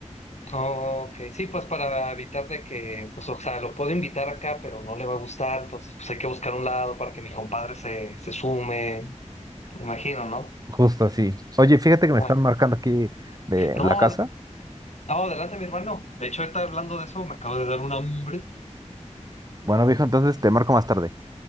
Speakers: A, on the left; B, on the right.
A: ok. Sí, pues para evitar de que, pues, o sea, lo puedo invitar acá, pero no le va a gustar. Entonces, pues hay que buscar un lado para que mi compadre se, se sume. Me imagino, ¿no?
B: Justo así. Oye, fíjate que
A: Ah,
B: me están marcando aquí de
A: No,
B: la casa.
A: ad- no, adelante, mi hermano. De hecho, ahorita hablando de eso, me acabo de dar un hambre.
B: Bueno, viejo, entonces te marco más tarde.